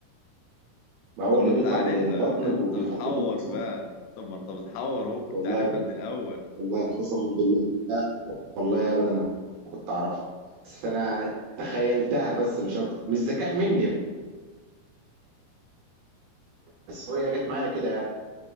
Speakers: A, on the right; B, on the left.
A: ما هو
B: طب
A: اللي
B: ما أنت
A: بيطلع
B: عارفها
A: من البطن وبيحك
B: أنت بتحور
A: في الفصل
B: بقى طب ما أنت بتحور هو كنت
A: والله
B: عارفها
A: بجد-
B: من الأول
A: والله قسما بالله والله ابدا ما كنت اعرفها بس انا تخيلتها بس مش اكتر مش ذكاء مني بس هي جت معايا كده يعني